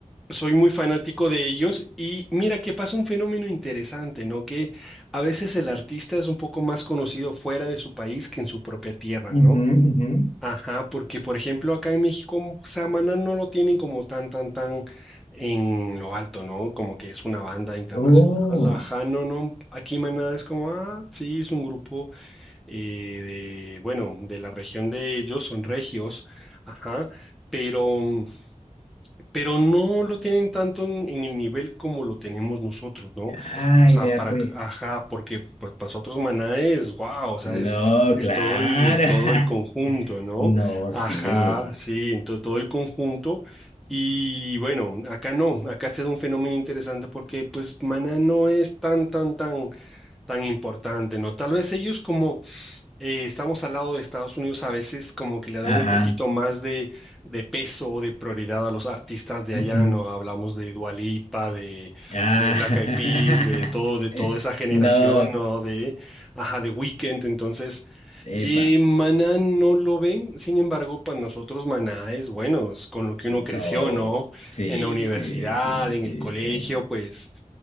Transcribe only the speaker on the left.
Ujú, ujú.
Oh,
Ay,
vea
pues.
No,
claro.
<laughs>
No,
sí.
Ajá.
ujú.
Ah.
<laughs> No.
Epa.
No.
Sí,
sí, sí,
sí,
sí.